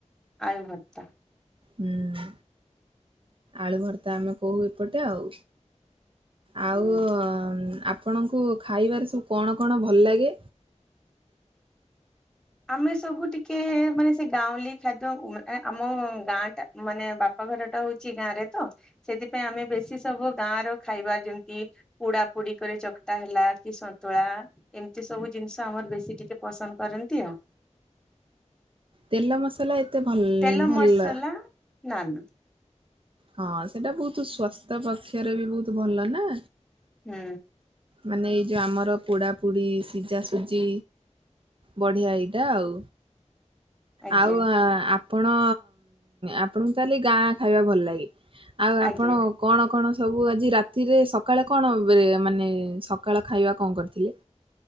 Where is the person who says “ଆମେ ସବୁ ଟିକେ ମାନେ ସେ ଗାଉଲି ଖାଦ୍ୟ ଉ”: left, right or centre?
Centre